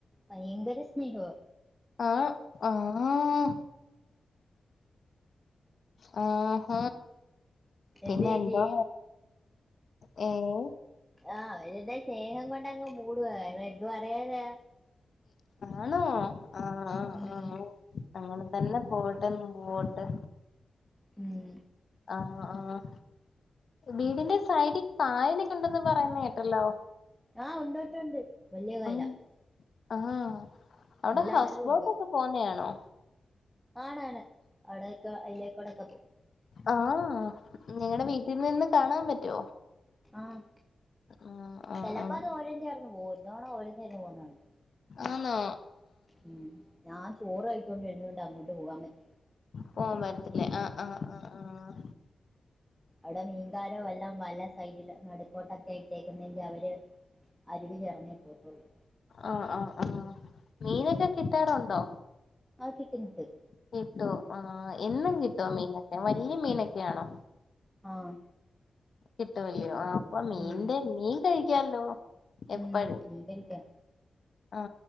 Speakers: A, in the centre; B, on the left.
A: ഭയങ്കര സ്നേഹാ
B: അ ആഹ് ആ ഹ പിന്നെന്തോ
A: എന്തേച്ചി
B: ഹേ ഏഹ്
A: ആഹ് അവരുടെ സ്നേഹം കൊണ്ടങ്ങ് മൂടുവാ എന്ത് പറയാനാ
B: ആണോ ആഹ്
A: ഉം
B: ആഹ് അങ്ങനെ തന്നെ പോകട്ടെ മുമ്പോട്ട്
A: ഉം
B: അഹ് ആഹ് വീടിന്റെ സൈഡിൽ കായലൊക്കെണ്ടന്ന് പറയുന്ന് കേട്ടല്ലോ
A: ആഹ് ഉണ്ടുണ്ടുണ്ടുണ്ട് വലിയ കായലാ
B: ഉം ആഹ് അവിടെ
A: നല്ല
B: ഹൗസ്
A: ആഴവും
B: ബോട്ടൊക്കെ
A: ഉണ്ട്
B: പോണ് ആണാ
A: ആണാണ് അവിടക്ക് അയിലേക്കോടൊക്കെ പോകും
B: ആഹ് നിങ്ങടെ വീട്ടിൽ നിന്നന്നെ കാണാൻ പറ്റോ
A: ആഹ്
B: ആഹ് ആഹ്
A: ചിലപ്പോ
B: ആഹ്
A: അത് ഓരം ചേർന്ന് പോകും ഒരു തവണ ഓരം ചേർന്ന് പോകുന്ന കണ്ട്
B: ആണോ
A: ഉം ഞാൻ ചോറ് കഴിച്ചോണ്ടിരുന്നോണ്ട് അങ്ങോട്ട് പോകാൻ പറ്റി
B: പോകൻ പറ്റത്തില്ലേ അഹ് അ അ ആഹ്
A: അവിടെ മീൻകാരോ എല്ലാം വല സൈഡിലോ നടുക്കോട്ടൊക്കെ ഇട്ടേക്കുന്നെങ്കിൽ അവര് അരിവ് ചേർന്നേ പോകത്തുള്ളൂ
B: അ അ ആ മീനൊക്കെ കിട്ടാറുണ്ടോ
A: ആ കിട്ടുംകിട്ടും
B: കിട്ടോ ആ എന്നും കിട്ടോ മീനൊക്കെ വലിയ മീനൊക്കെയാണോ
A: ആഹ്
B: കിട്ടൂല്ലയോ അപ്പൊ മീന്റെ
A: ഉം
B: മീൻ കഴിക്കാല്ലോ എപ്പഴും
A: ഉം മീൻ കടിക്കാം
B: അ